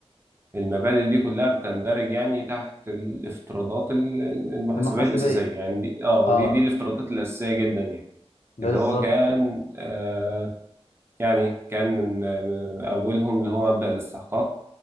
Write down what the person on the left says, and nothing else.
المحاسبية
أه
بالظبط
كده